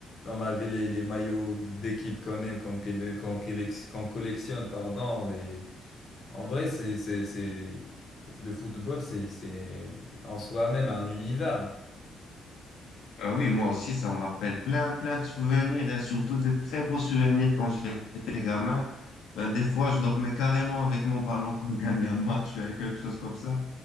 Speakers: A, on the left; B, on the left.
A: On avait les, les maillots d- d'équipe qu'on aime, qu'on qu'on- qu'on collectionne, pardon. Et... En vrai, c'est, c'est, c'est... le football, c'est, c'est en soi-même un univers.
B: Ah oui, moi aussi, ça me rappelle plein, plein de souvenirs et surtout des très beaux souvenirs quand j'étais gamin. Ben, des fois, je dormais carrément avec mon ballon quand je gagnais un match, euh, quelque chose comme ça.